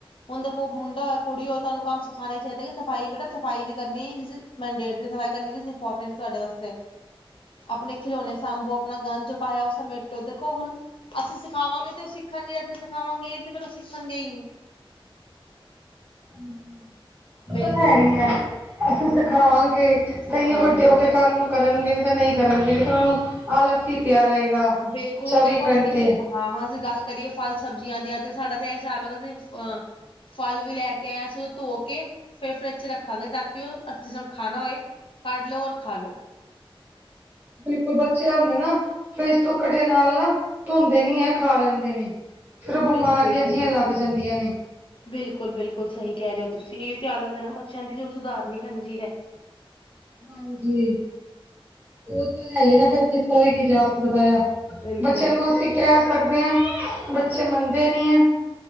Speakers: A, on the left (about 65°); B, on the right (about 20°).
A: ਹੁਣ ਦੇਖੋ ਮੁੰਡਾ ਹੋਏ, ਕੁੜੀ ਹੋਏ, ਤਾਨੂੰ ਕੰਮ ਸਿਖਾਣਾ ਹੀ ਚਾਹੀਦਾ ਹੈ ਕਿ ਸਫ਼ਾਈ ਬੇਟਾ ਸਫ਼ਾਈ ਵੀ ਕਰਨੀ ਕੰਗੇਟਰ ਦੀ ਸਫ਼ਾਈ ਕਰਨ ਲਗੀ ਸੀ ਇਮਪੋਰਟੈਂਟ ਤੁਹਾਡੇ ਵਾਸਤੇ, ਆਪਣੇ ਖਿਲੋਣੇ ਸਾਂਭੋ ਆਪਣਾ ਗੰਦ ਆਇਆ ਉਹ ਸਮੇਟ ਦੇਖੋ ਹੁਣ ਅਸੀਂ ਸਿਖਾਵਾਂਗੇ ਤੇ ਉਹ ਸਿੱਖਣਗੇ ਅਸੀਂ ਸਿਖਾਵਾਂਗੇ ਤਾਂ ਸਿੱਖਣ ਗੇ ਹੀ ਨੀ।
B: <unintelligible> ਓਹ
A: ਬਿਲਕੁਲ
B: ਤਾਂ ਹੈ ਹੀ
A: ਬਿਲਕੁਲ
B: ਹੈ, ਅਸੀਂ
A: ਉਹ
B: ਸਿਖਾਵਾਂਗੇ
A: ਸਿੱਖਣਗੇ
B: ਤਾਈਓਂ ਵੱਡੇ ਹੋ ਕੇ ਕੱਲ ਨੂੰ ਕਰਨਗੇ ਨੇ ਤੇ ਨਹੀਂ ਕਰਨਗੇ ਤੇ ਉਹ ਨੂੰ ਆਲਸ ਹੀ ਪਿਆ ਰਹੇਗਾ
A: ਬਿਲਕੁਲ
B: ਚੌਵੀ
A: ਹੁਣ ਦੇਖੋ
B: ਘੰਟੇ।
A: ਅਸੀਂ ਹਾਂ ਹਾਂ ਅਸੀਂ ਗੱਲ ਕਰੀਏ ਫਲ ਸਬਜ਼ੀਆਂ ਦੀਆਂ ਤੇ ਸਾਡਾ ਤਾਂ ਇਹ ਹਿਸਾਬ ਹੈਗਾ ਅਸੀਂ ਅ ਫਲ ਵੀ ਲੈ ਕੇ ਆਏ ਅਸੀਂ ਉਹ ਧੋ ਕੇ ਫੇਰ ਫਰਿਜ ਚ ਰੱਖਾਂਗੇ ਤਾਂ ਕਿ ਉਹ ਅਸੀਂ ਜਿਸ ਨੂੰ ਖਾਣਾ ਹੋਏ ਕਡ ਲੋ ਔਰ ਖਾ ਲੋ।
B: ਬਿਲਕੁਲ ਬੱਚੇ ਆਊਦੇਂ ਨਾ ਫਿਰਜ ਤੋਂ ਕੜੇ ਨਾਲ ਨਾ ਧੋਂਦੇ ਨੀ ਹੈ ਖਾ ਲੈਂਦੇ ਨੇ। ਫੇਰ ਉਹ
A: ਬਿਲਕੁਲ
B: ਬਿਮਾਰੀਆਂ ਜਿਹੀਆਂ
A: ਬਿਲਕੁਲ
B: ਲੱਗ ਜਾਂਦੀਆਂ ਨੇ।
A: ਬਿਲਕੁਲ ਬਿਲਕੁਲ ਸਹੀ ਕਹਿ ਰਹੇ ਹੋ ਤੁਸੀਂ ਇਹੀ ਆਦਤ ਹੈ ਨਾ ਬੱਚਿਆਂ ਦੀ ਜੋ ਸੁਧਾਰਨੀ ਪੈਂਦੀ ਹੈ।
B: ਹਾਂਜੀ ਉਹ ਤਾਂ ਹੈ ਹੀ ਨਾ ਫੇਰ ਕੀਤਾ ਵੀ ਕੀ ਜਾ ਸਕਦਾ ਆ।
A: ਬਿਲਕੁਲ
B: ਬੱਚਿਆ ਨੂੰ ਅਸੀਂ ਕਹਿ ਸਕਦੇ ਹਾਂ ਬੱਚੇ ਮੰਨਦੇ ਨੀ ਹੈ।